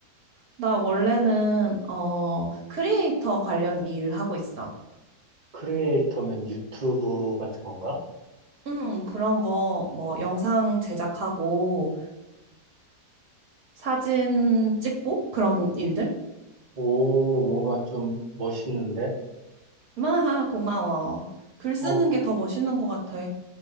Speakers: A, on the right; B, on the right.
A: 나 원래는 어, 크리에이터 관련 일 하고 있어.
B: 크리에이터면 유튜브 같은 건가?
A: 음, 그런 거 뭐 영상 제작하고 사진 찍고 그런 일들?
B: 오, 뭔가 좀 멋있는데?
A: <laughs> 마하, 고마워. 글 쓰는
B: 어,
A: 게 더 멋있는 것 같아.